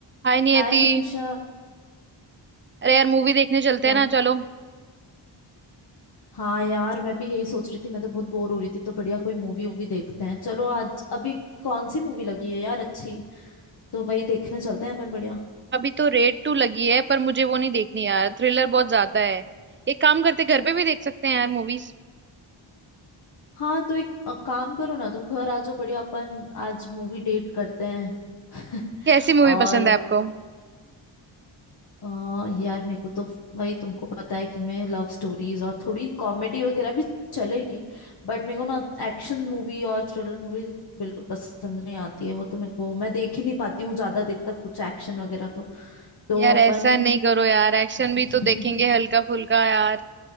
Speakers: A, on the right; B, on the left.
A: हाय नियति
B: हाय मनीषा
A: अरे यार मूवी देखने चलते
B: क्या
A: हैं ना चलो
B: हाँ यार मैं भी यही सोच रही थी मैं तो बहुत बोर हो रही थी तो बढ़िया कोई मूवी वूवी देखते हैं चलो आज अभी कौन सी मूवी लगी है यार अच्छी तो वही देखने चलते हैं अपन बढ़िया
A: अभी तो रेड टू लगी है पर मुझे वो नहीं देखनी यार थ्रिलर बहुत ज्यादा है एक काम करते घर पे भी देख सकते हैं यार मूवीज
B: हाँ तो एक अ, काम करो ना तुम घर आ जाओ बढ़िया अपन आज मूवी डेट करते हैं <laughs>
A: कैसी मूवी
B: और
A: पसंद है आपको
B: अ, यार मेरे को तो वही तुमको पता है कि मैं लव स्टोरीज और थोड़ी कॉमेडी वगैरह भी चलेगी बट मेरे को ना एक्शन मूवी और थ्रिलर मूवी बिल्कुल पसंद नहीं आती है वो तो मेरे को मैं देख ही नहीं पाती हूँ ज्यादा देर तक कुछ एक्शन वगैरह तो तो
A: यार
B: अपन
A: ऐसा नहीं करो यार एक्शन
B: <laughs>
A: भी तो देखेंगे हल्का फुल्का यार